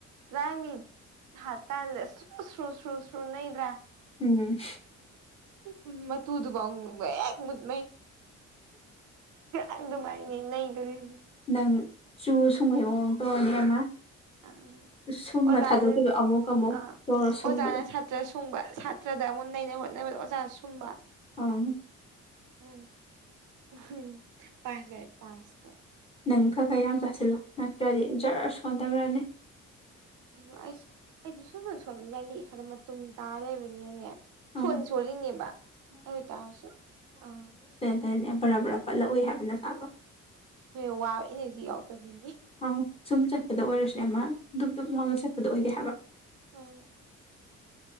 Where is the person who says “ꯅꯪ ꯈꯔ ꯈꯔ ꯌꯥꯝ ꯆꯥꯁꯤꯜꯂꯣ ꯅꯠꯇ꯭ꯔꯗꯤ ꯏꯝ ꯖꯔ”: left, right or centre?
Left